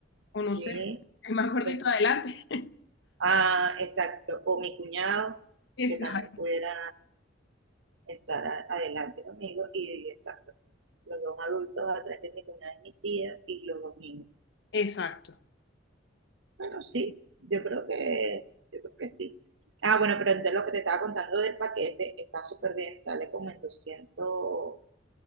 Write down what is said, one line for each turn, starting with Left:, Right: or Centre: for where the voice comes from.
Left: O
Right: Sí,
Left: no sé, <laughs> el más gordito
Right: es,
Left: adelante. <laughs>
Right: ah, exacto, o mi cuñado,
Left: Exacto.
Right: que también pudiera estar a- adelante conmigo y, exacto, los dos adultos atrás de mi cuñada y mi tía y los dos niños.
Left: Exacto.
Right: Bueno,
Left: Sí,
Right: sí,
Left: sí,
Right: yo creo que, yo creo que sí. Ah, bueno, pero entonces lo que te estaba contando del paquete está súper bien, sale como en doscientos